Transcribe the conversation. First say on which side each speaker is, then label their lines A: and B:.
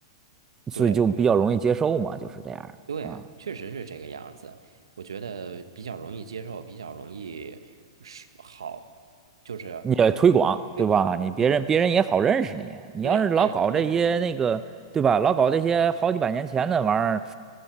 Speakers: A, on the right (about 75°); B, on the right (about 20°).
A: 对
B: 所以就比较容易接受嘛，就是这样的啊。
A: 对，确实是这个样子。我觉得比较容易接受，比较容易是好，就是
B: 你也推广，
A: 推广。
B: 对吧？你别人别人也好认识你。
A: 对
B: 你要是老搞这些那个，
A: 对，哎，真的就是。
B: 对吧？老搞这些好几百年前的玩意儿，
A: 嗯。